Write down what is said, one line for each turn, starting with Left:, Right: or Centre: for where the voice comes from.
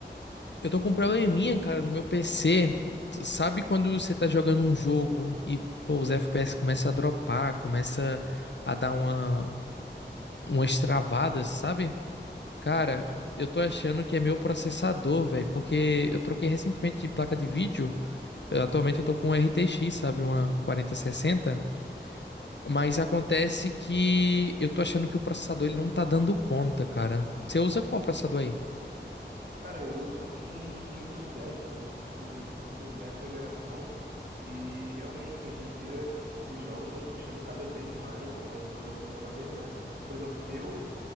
Left: Eu tô com um probleminha, cara, no meu PC. S- Sabe quando você tá jogando um jogo e, pô, os FPS começam a dropar, começa a dar uma... umas travadas, sabe? Cara, eu tô achando que é meu processador, velho, porque eu troquei recentemente de placa de vídeo. Eu- atualmente eu tô com um RTX, sabe? Uma quarenta sessenta. Mas acontece que eu tô achando que o processador ele não tá dando conta, cara. Você usa qual processador aí?
Right: Cara, eu uso um i cinco de décimo, um i cinco de décima geração, e realmente, hoje em dia, os jogos estão puxando cada vez mais, estão estão necessitando cada vez mais. Por exemplo, eu